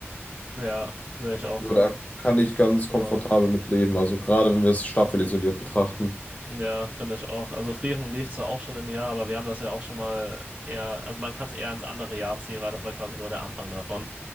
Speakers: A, on the right; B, on the left.
A: ja, sehe ich auch
B: Aber
A: so.
B: da kann ich ganz
A: Also,
B: komfortabel mit leben, also gerade wenn wir es staffelisoliert betrachten.
A: ja, finde ich auch. Also Frieren lief zwar auch schon im Jahr, aber wir haben das ja auch schon mal eher, also man kann es eher ins andere Jahr ziehen, weil das war quasi nur der Anfang davon.